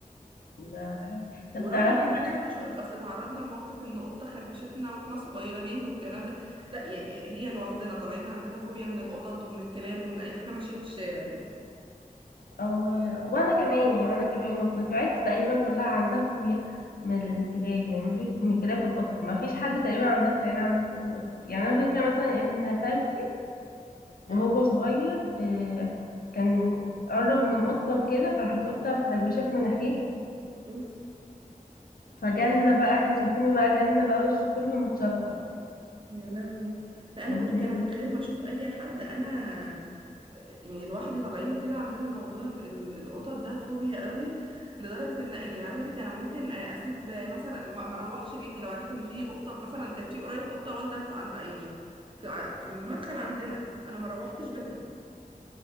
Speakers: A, on the left; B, on the right.
A: ده طب
B: ورغم
A: تعرفي
B: ان احنا
A: بقى
B: مثلا مش هقولك اصل اتعرضنا لموقف ان قطه خربشتنا واحنا صغيرين والكلام ده لا يعني هي لوحدنا طالعين عندنا فوبيا من القطط ومن الكلاب ومن اي حاجه ماشيه في الشارع يعني
A: أو... وانا كمان يعني وانا كمان واخواتي عيلتي تقريبا كلها عندها فوبيا من الكلاب يعني ما فيش من الكلاب والقطط ما فيش حد تقريبا عندها في العيله عنده كلاب وقطط يعني انا فاكره مثلا ابن خالتي وهو
B: اه
A: صغير آه كان قرب من قطه وكده فراحت قطه مخربشه في مناخيره
B: اوف
A: فجالنا بقى احنا شايفينه بقى جالنا بقى وش كله متشرفط
B: يا لهوي لا انا
A: و-
B: بقولك انا من غير ما اشوف اي حد انا يعني لوحدي طالعين كده عندنا موضوع ال- ال- القطط ده فوبيا قوي لدرجه ان ايه، يعني عايزه اقولك انا ممكن اسيب مثلا ما ما اروحش بيتي لو عرفت ان في قطه مثلا كانت في قريب قطه والده في عند عيني في ع- في المدخل عندنا انا ما روحتش بيتنا